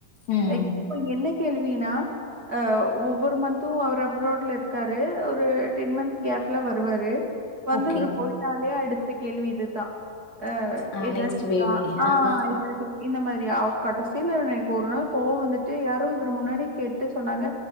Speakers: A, on the left; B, on the right.
A: ம்.
B: அ இப்ப என்ன கேள்வினா அ ஒவ்வொரு மன்த்து அவரு அப்ராட்லருக்காரு ஒரு டென் மன்த் கேப்ல வருவாரு வந்து
A: ஓகே.
B: அவுரு போய்ட்டாலே அடுத்த கேள்வி இதுதா ஆ
A: ஆ
B: எதாச்சு
A: நெக்ஸ்ட்
B: இருக்கா
A: பேபி.
B: ஆ இதா
A: ஆ.
B: சொல் இந்த மாரி அவ் கடசில எனக் ஒரு நாள் கோவோ வந்துட்டு யாரோ இவுரு முன்னாடி கேட்டு சொன்னாங்க